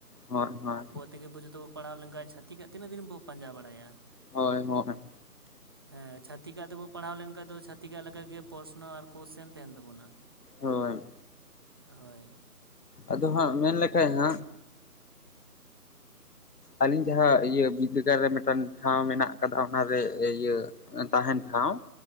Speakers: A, on the left; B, on the right.
A: ᱦᱳᱭ ᱦᱳᱭ ᱾
B: ᱛᱮᱜᱮ ᱵᱚ ᱡᱚᱛᱚ ᱠᱚ ᱯᱟᱲᱟᱣ ᱞᱮᱠᱷᱟᱡ ᱪᱟᱹᱤᱠᱟᱜ ᱛᱤᱱᱟᱹᱜ ᱫᱤᱱ ᱵᱚ ᱯᱟᱧᱡᱟ ᱵᱟᱲᱟᱭᱟ᱾
A: ᱦᱳᱭ ᱦᱳᱭ ᱾
B: ᱦᱮᱸ ᱪᱷᱟᱛᱤᱠᱟᱜ ᱛᱮᱵᱚ ᱯᱟᱲᱦᱟᱣ ᱞᱮᱱᱠᱷᱟᱡ ᱫᱚ ᱪᱷᱟᱛᱤᱠᱟᱜ ᱞᱮᱠᱟᱜᱮ ᱯᱨᱚᱥᱱᱚ ᱟᱨ ᱠᱚᱳᱥᱪᱮᱱ ᱛᱟᱦᱮᱱ ᱛᱟᱵᱚᱱᱟ᱾
A: ᱦᱳᱭ ᱾
B: ᱦᱳᱭ ᱾
A: ᱟᱫᱚ ᱦᱟᱸᱜ ᱢᱮᱱᱞᱮᱠᱷᱟᱡ ᱦᱟᱸᱜ ᱟᱹᱞᱤᱧ ᱡᱟᱦᱟᱸ ᱤᱭᱟᱹ ᱵᱤᱫᱫᱟᱹᱜᱟᱲ ᱨᱮ ᱢᱤᱫᱴᱟᱝ ᱴᱷᱟᱶ ᱢᱮᱱᱟᱜ ᱟᱠᱟᱫᱟ ᱚᱱᱟᱨᱮ ᱤᱭᱟᱹ ᱛᱟᱦᱮᱱ ᱴᱷᱟᱶ ᱾